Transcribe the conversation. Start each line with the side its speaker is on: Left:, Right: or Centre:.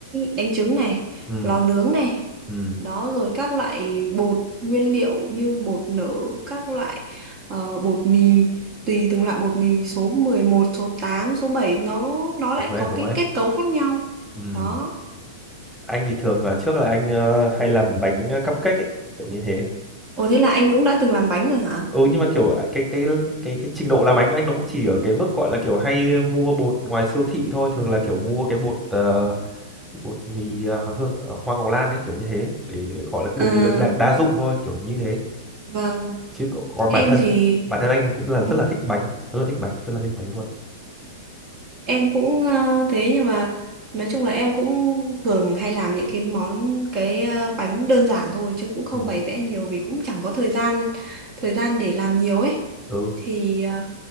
Right: đánh trứng này,
Centre: ừ
Right: lò nướng này.
Centre: ừ
Right: Đó rồi các loại bột nguyên liệu như bột nở, các loại ờ, bột mì, tùy từng loại bột mì số 11 số 8 số 7 nó nó lại
Centre: đúng đấy
Right: có
Centre: đúng
Right: cái
Centre: đấy.
Right: kết cấu khác nhau.
Centre: Ừ.
Right: Đó.
Centre: Anh thì thường là trước là anh ờ, hay làm bánh cupcake ấy, kiểu như thế.
Right: Ồ thế là anh cũng đã từng làm bánh rồi hả?
Centre: ừ nhưng mà kiểu à, cái cái cái cái trình độ làm bánh của anh nó cũng chỉ ở cái mức gọi là kiểu hay mua bột ngoài siêu thị thôi thường là kiểu mua cái bột ờ, bột mì ờ, hương- ờ, hoa ngọc lan ấy kiểu như thế để gọi là bột
Right: À,
Centre: mì đa, đa dụng thôi kiểu như thế
Right: vâng,
Centre: chứ còn còn
Right: em
Centre: bản thân
Right: thì
Centre: bản thân anh thì cũng là rất
Right: ừ.
Centre: là thích bánh rất là thích bánh rất là thích bánh luôn
Right: em cũng ờ, thế nhưng mà nói chung là em cũng thường hay làm những cái món cái ờ, bánh đơn giản thôi chứ cũng không
Centre: ừ.
Right: bày vẽ nhiều vì cũng chẳng có thời gian thời gian để làm nhiều ấy
Centre: ừ
Right: thì ờ,